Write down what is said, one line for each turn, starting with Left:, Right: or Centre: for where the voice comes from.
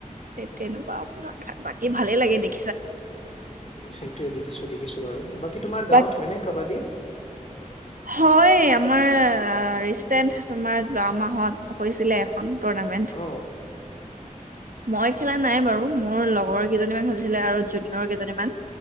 Right: তেনেকুৱা অকমান বাকী ভালে লাগে দেই
Left: সেইটোৱে দেখিছো দেখিছো বাৰু বাকী তোমাৰ
Right: বাক
Left: গাঁৱত হয়নে কাবাডী
Right: হয় আমাৰ ৰিচেণ্ট তোমাৰ যোৱা মাহত হৈছিলে এ টৰ্ণামেন্ট
Left: অ',
Right: মই খেলা নাই বাৰু মোৰ লগৰ কেইজনীমান খেলিছিলে আৰু জুনিয়ৰ কেইজনীমান